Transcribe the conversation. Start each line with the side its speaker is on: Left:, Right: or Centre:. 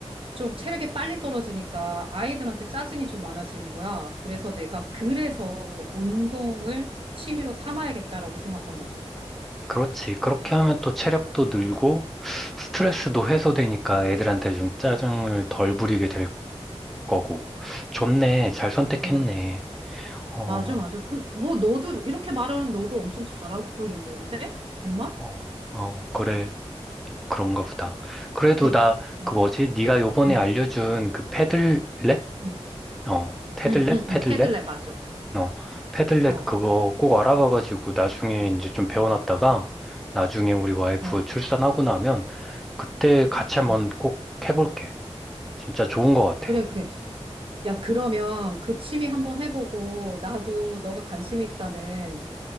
Right: 좀 체력이 빨리 떨어지니까 아이들한테 짜증이 좀 많아지는 거야. 그래서 내가 그래서 운동을 취미로 삼아야겠다라고 생각한 거지.
Centre: 그렇지. 그렇게 하면 또 체력도 늘고 스트레스도 해소되니까 애들한테 좀 짜증을 덜 부리게 될 거고. 좋네.
Right: 그,
Centre: 잘 선택했네.
Right: 그렇지.
Centre: 어,
Right: 맞아, 맞아. 그, 뭐, 너도, 이렇게 말하는 너도 엄청 잘하고 있는데? 정말?
Centre: 어, 어, 그래. 그런가 보다. 그래도
Right: 그,
Centre: 나
Right: 어,
Centre: 그 뭐지? 네가 요번에
Right: 응,
Centre: 알려준 그 패들렛?
Right: 응,
Centre: 어, 테들렛?
Right: 응, 응,
Centre: 패들렛?
Right: 응, 패들렛 맞아.
Centre: 어, 패들렛
Right: 어,
Centre: 그거 꼭 알아봐가지고 나중에 이제 좀 배워놨다가 나중에 우리 와이프
Right: 어,
Centre: 출산하고 나면 그때 같이 한번
Right: 어.
Centre: 꼭 해볼게. 진짜 좋은 것 같아.
Right: 그래, 그래. 야, 그러면 그 취미 한번 해보고, 나도 너가 관심 있다는